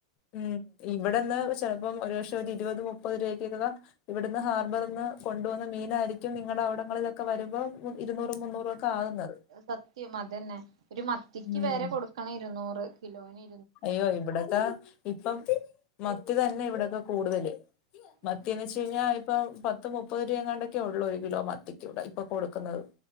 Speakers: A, on the left; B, on the right.
A: ഉം ഇവിടെന്ന് ചിലപ്പോം ഒരു പക്ഷെ ഒരു ഇരുപത് മുപ്പത് രൂപക്ക ഇവിടുന്ന് ഹാർബർന്ന് കൊണ്ടു വന്ന മീനായിയിരിക്കും നിങ്ങളുടെ അവിടങ്ങളിലൊക്കെ വരുമ്പോ ഇരുന്നൂറും മുന്നൂറും ഒക്കെ ആകുന്നത്
B: സത്യം അതന്നെ ഒരു മത്തിക്ക്
A: ഉം
B: വേരെ കൊടുക്കണം ഇരുന്നൂറ് കിലൊന്ന്
A: അയ്യോ ഇവടതാ ഇപ്പം മത്തി തന്നെ ഇവടൊക്കെ കൂടുതല് മത്തിയെന്ന്
B: ഉം ഉം
A: വെച്ച് കഴിഞ്ഞാ ഇപ്പം പത്ത് മുപ്പത് രൂപയാണ്ടൊക്കെയുള്ളൂ ഒരു കിലോ മത്തിക്ക് ഇവടെ ഇപ്പം കൊടുക്കുന്നത്